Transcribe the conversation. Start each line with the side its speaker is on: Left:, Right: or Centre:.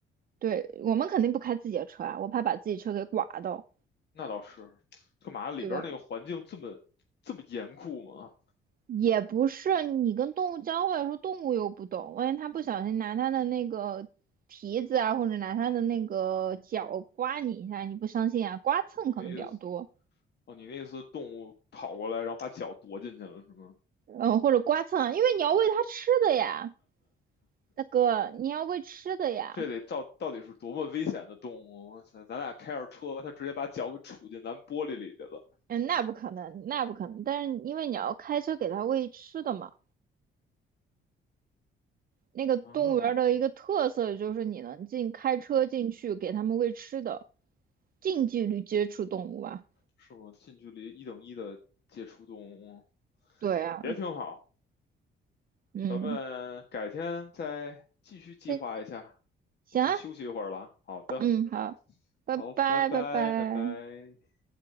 Right: 对，我们肯定不开自己的车啊，我怕把自己车给刮到，
Left: 那倒是，干嘛里边儿那个环境这么这么严酷吗？
Right: 对吧？也不是你跟动物交换的时候，动物又不懂，万一它不小心拿它的那个蹄子啊，或者拿它的那个脚刮你一下，你不相信啊？刮蹭可能比较多，
Left: 哦，你那意思，哦，你那意思，动物跑过来，然后把脚夺进去了是吗？
Right: 呃，或者刮蹭啊，因为你要喂它吃的呀，大哥，你要喂吃的呀，
Left: 这得到到底是多么危险的动物？哇塞，咱俩开着车，它直接把脚给杵进咱玻璃里去了。
Right: 嗯，那不可能，那不可能，但是因为你要开车给它喂吃的嘛，那个动物园儿的一个特色就是你能进开车进去给它们喂吃的，
Left: 啊，
Right: 近距离接触动物啊，
Left: 是吗？近距离一等一的接触动物，
Right: 对啊，
Left: 也挺好。
Right: 嗯。
Left: 咱们改天再继续计划一下。
Right: 对，行啊，
Left: 我先休息一会儿了啊。好的，
Right: 嗯，好，拜拜，
Left: 好，拜拜，
Right: 拜拜。
Left: 拜拜。